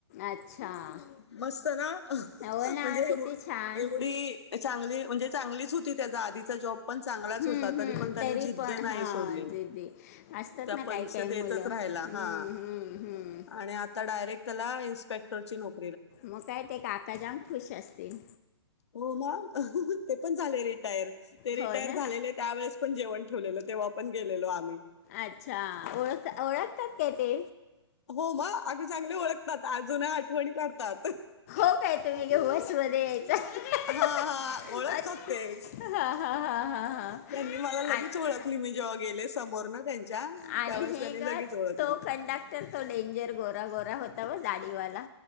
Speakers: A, on the left; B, on the left.
A: अच्छा
B: मस्त ना!
A: हो ना
B: म्हणजे
A: किती छान
B: एवढी चां चगली म्हणजे चांगलीच होती, त्याचा आधीचा जॉब पण चांगलाच
A: हम्म
B: होता, तरी
A: हम्म
B: पण त्यानी जिद्द
A: पण
B: नाही
A: हां
B: सोडली.
A: दीदी असतात
B: त्या
A: ना काही
B: परीक्षा
A: काय
B: देतच
A: मुलं हम्म
B: राहिला हा
A: हम्म हम्म.
B: आणि आता डायरेक्ट त्याला इन्स्पेक्टरची नोक
A: मग काय ते काकाजाम खुश असतील?
B: हो ते पण झाले रिटायर ते रिटायर
A: हो ना
B: झालेले त्यावेेळेस पण जेवण ठेवलेलं. तेव्हा पण गेलेलो आम्ही,
A: अच्छा! ओळख ओळखतात का ते,
B: हो म अग चांगले ओळखतात अजून आठवणी काढतात.
A: हो काय तुम घे बस मध्ये यायच अच्छा
B: हा हा ओळखतात ते
A: हा हा हा. हा
B: त्यांनी मला लगेच
A: आ-
B: ओळखली मी जेव्हा गेले समोर ना! त्यांच्या
A: आणि
B: त्यावेळेस
A: हे
B: त्यांनी
A: ग
B: लगेच ओळखली,
A: तो कंडक्टर तो डेंजर गोरा गोरा होता बघ दाढीवाला,